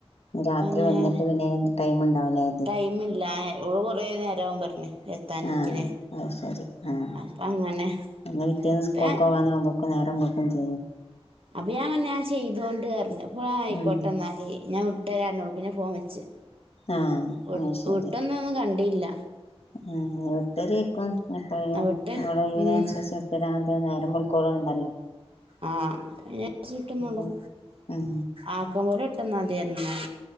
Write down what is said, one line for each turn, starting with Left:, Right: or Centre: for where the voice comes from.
Left: രാത്രി
Right: ഞാൻ
Left: വന്നിട്ട് പിന്നെ ടൈംണ്ടാവുലേ
Right: ടൈമില്ല ഓള് കൊറേ നേരാവും പറഞയ് എത്തണങ്കിലേ
Left: ആഹ് അത് ശരി ആഹ്
Right: അപ്പ അങ്ങനെ
Left: പിന്നെ പിറ്റേന്ന് സ്കൊൾകൊവാനാവുബോക്
Right: ഇപ്പ
Left: നേരം വെക്കും ചെയ്യും
Right: അപ്പൊ ഞാ പറഞ്ഞു ഞാ ചെയ്തോണ്ട് അർണ് അപ്പോ ആ ആയിക്കോട്ടെന്നാല്
Left: ഉം
Right: ഞാവിട്ടരാർഞ്ഞി ഓൾ പിന്നെ ഫോം വെച്ച്
Left: ആഹ്
Right: വി
Left: അത് ശരി
Right: വിട്ടൊന്നൊന്നും കണ്ടില്ല
Left: ആഹ് വിട്ടേരേക്കും എപ്പഴേലും
Right: ആ വിട്ട്
Left: ഓളെ ഒഴിവിനനുസരിച്ച്
Right: ഉം.
Left: വിട്ടരാതന്നാ മ്മൾക്കോളണ്ടല്ലോ
Right: ആഹ് അപ്പോ അയിനസ് വിട്ടന്നോളും
Left: ഉം
Right: ആക്ക പോലെ വിട്ടന്നാതിറഞ്ഞു ഞാൻ